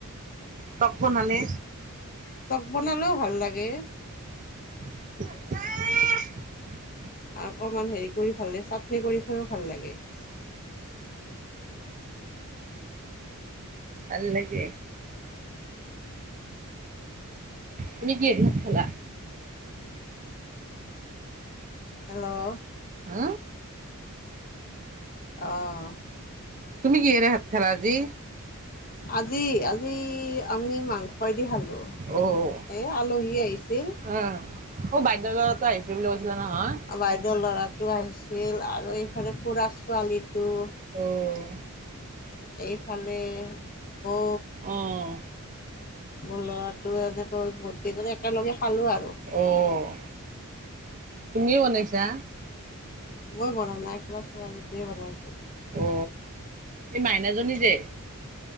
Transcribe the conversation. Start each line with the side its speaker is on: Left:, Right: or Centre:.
Right: তক বনালে
Left: তক বনালেও ভাল লাগে।
Right: <unintelligible>
Left: অকমান হেৰি কৰি ভালে চাটনি কৰি খুৱাই কৰি ও ভাল লাগে
Right: ভাল লাগে তুমি কিহে দি ভাত খালা?
Left: হেল্ল'
Right: হ
Left: অহ
Right: তুমি কিহেৰে ভাত খালা আজি
Left: আজি আজি আমি মাংসই দি খালো
Right: অ'।
Left: এই আলহী আহিছিল
Right: অ', অ বাইদেউ ঘৰতে আহিছে বুলি কৈছিলা নহয়?
Left: বাইদেউ ল'ৰাটো আহিছিল আৰু এইফালে খুৰা ছোৱালীটো
Right: অ'।
Left: এইফালে বৌ
Right: অ'।
Left: মোৰ লৰাটোৱে এনেকৈ বোট কেই একেলগে খালো আৰু
Right: অ'। তুমিয়ে বনাইছা
Left: মই বনা নাই খ'ৰা ছোৱালীটোৱে বনাইছে
Right: অ এই মাইনাজী যে